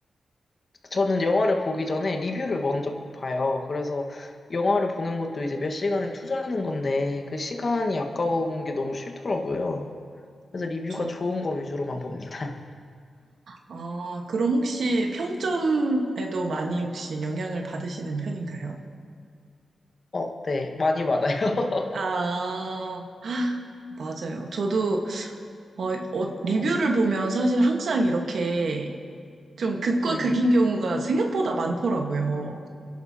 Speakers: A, on the left; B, on the right.
A: 저는 영화를 보기 전에 리뷰를 먼저 꼭 봐요. 그래서 영화를 보는 것도 이제 몇 시간을 투자하는 건데, 그 시간이 아까운 게 너무 싫더라고요. 그래서 리뷰가
B: 그렇죠.
A: 좋은 거 위주로만 봅니다.
B: 아, 그럼 혹시 평점에도 많이
A: 네.
B: 혹시 영향을 받으시는 편인가요?
A: 어, 네. 많이 받아요. <laughs>
B: 아, 맞아요. 저도 어, 어, 리뷰를
A: 네.
B: 보면 사실 항상 이렇게 좀 극과
A: 네.
B: 극인 경우가 생각보다 많더라고요.